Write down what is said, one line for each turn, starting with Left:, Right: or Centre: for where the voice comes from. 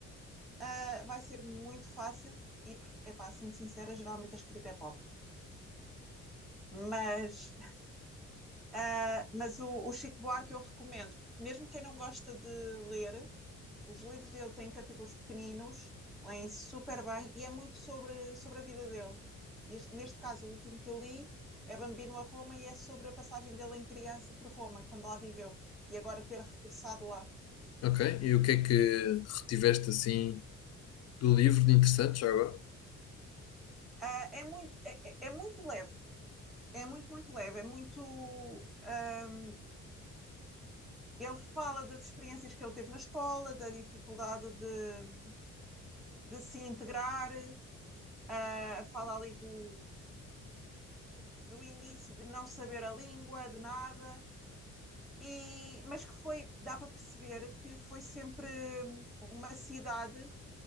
Centre: ah, vai ser muito fácil, e, é pá, sendo sincera, geralmente a escrita é pobre. Mas Uh, mas o, o, Chico Buarque eu recomendo, mesmo quem não gosta de ler, os livros dele têm capítulos pequeninos, leem super bem e é muito sobre, sobre a vida dele. Este, neste caso, o último que eu li é Bambino a Roma e é sobre a passagem dele em criança por Roma, quando lá viveu, e agora ter regressado lá.
Left: Ok? E o que é que retiveste assim do livro de interessante já agora?
Centre: Uh, é, muito, é, é, é muito leve, é muito, muito leve, é muito. Uh, ele fala das experiências que ele teve na escola, da dificuldade de, de se integrar, ah, fala ali do, do início de não saber a língua, de nada, e, mas que foi, dá para perceber que foi sempre hum, uma cidade